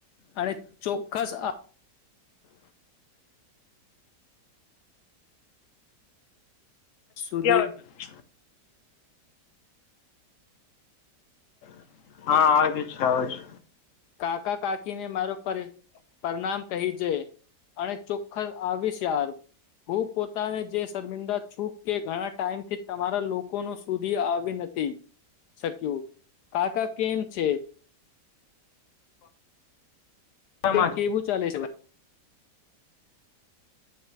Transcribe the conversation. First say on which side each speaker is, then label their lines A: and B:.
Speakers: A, on the left; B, on the left.
A: અને ચોક્કસ આ સુધી
B: છ <unintelligible> હા આવેજ છે આવ છે
A: કાકા કાકીને મારો પરણામ કહી જે અને ચોખ્ખસ આવીશ ચાર હું પોતાને જે શર્મિંદા છું કે ઘણા ટાઈમ થી તમારા લોકો સુધી આવી નથી શક્યું કાકા કેમ છે
B: પાછામાં
A: કેવું ચાલે છે